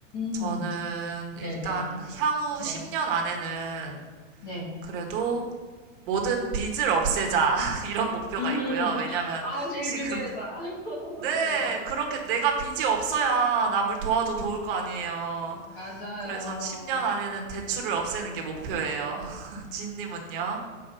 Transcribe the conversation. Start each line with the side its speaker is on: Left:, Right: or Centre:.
Right: 저는
Left: 음, 네네,
Right: 일단 향후
Left: 네,
Right: 10년 안에는
Left: 네.
Right: 그래도 모든 빚을 없애자 <laughs> 이런 목표가
Left: 음,
Right: 있고요. 왜냐면
Left: 아, 제일
Right: 지금
Left: 중요하다. <laughs>
Right: 네,
Left: 네,
Right: 그렇게 내가 빚이 없어야 남을 도와도 도울 거 아니에요.
Left: 맞아요.
Right: 그래서 10년 안에는 대출을 없애는 게 목표예요. <laughs> 진님은요?